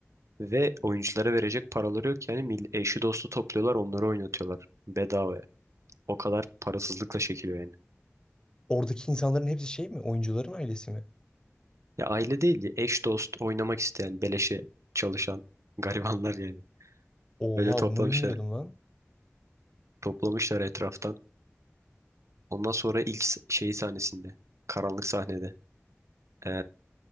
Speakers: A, on the right (about 80°); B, on the left (about 15°).
A: Ve oyunculara verecek paraları yok yani mil- eşi dostu topluyorlar onları oynatıyorlar bedavaya. O kadar parasızlıkla çekiliyor yani.
B: Oradaki insanların hepsi şey mi? Oyuncuların ailesi mi?
A: Ya aile değil ya eş dost oynamak isteyen beleşe çalışan <laughs> garibanlar yani.
B: Oha
A: Öyle toplamışlar.
B: bunu bilmiyordum lan.
A: Toplamışlar etraftan. Ondan sonra ilk s- şey sahnesinde karanlık sahnede ee,